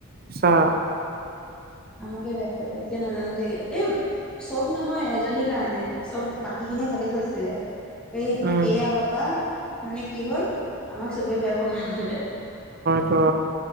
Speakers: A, on the right; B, in the centre.
A: ছা।
B: আমাকে বেয়া পাল কে ন জানো দেই এই। চব নহয়, এজনীৰ কাৰণে। চব, বাকী খিনিয়ে ভালেই পাইছিলে। এই
A: উম
B: এয়াপা মানে কি হ'ল। আমাক চবেই বেয়া পাব নহ'লে।
A: ত